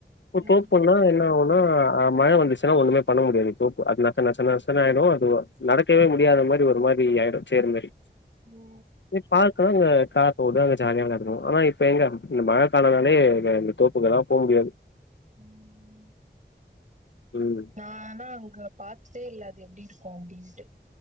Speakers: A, on the left; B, on the right.
A: இப்போ
B: ம்
A: தோப்புன்னா என்னாவு ஆ மழ வந்துச்சுன்னா ஒன்னுமே பண்ண முடியாது தோப்பு அது நசநச நசன்னு ஆயிடு அது ஒ நடக்கவே முடியாத மாரி ஒரு மாரி ஆயிடு சேர் மேரி
B: ஓ
A: இ பார்க்க அங்க கார் போது அங்க ஜால்யா விள்ளான்டோ ஆனா இப்ப எங்க இந்த மழை காலனாலே தோ உள்ளலா போ முடியாது
B: ம்
A: ம்
B: நா ஆனா அங்க பாத்தே இல்ல அது எப்டி இருக்கு அப்டின்ட்டு